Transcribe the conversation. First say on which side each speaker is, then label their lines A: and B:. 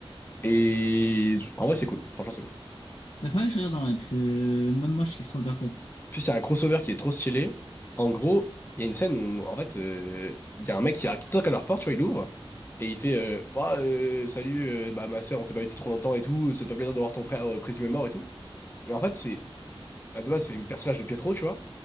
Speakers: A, on the left; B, on the left.
A: Et en vrai, c'est cool. Franchement, c'est cool.
B: Bah, faudrait que je regarde en vrai, parce que euh, même moi, je kiffe trop le perso.
A: Puis il y a un crossover qui est trop stylé. En gros, il y a une scène où, en fait, euh, il y a un mec qui, a- qui toque à leur porte, tu vois, il ouvre. Et il fait euh, Bah, euh, Salut, euh, bah, ma soeur, on s'est pas vu depuis trop longtemps et tout. Ça te fait plaisir de voir ton frère euh, présumé mort et tout. Et en fait, c'est. bah, de base, c'est le personnage de Pietro, tu vois.